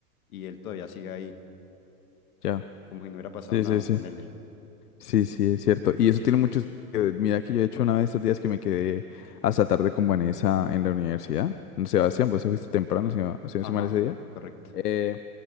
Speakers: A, on the left; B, on the left.
A: y él todavía sigue ahí,
B: ya.
A: como si no hubiera pasado
B: Sí,
A: nada,
B: sí, sí.
A: ponerle.
B: Sí, sí, es cierto. Y eso tiene muchos. eh, Mira que yo he hecho una de estos días que me quedé hasta tarde con Vanessa en la universidad. No,
A: Sí,
B: Sebastián, vos te fuiste temprano, si no, si no
A: ajá,
B: estoy mal ese día.
A: correcto.
B: Eh,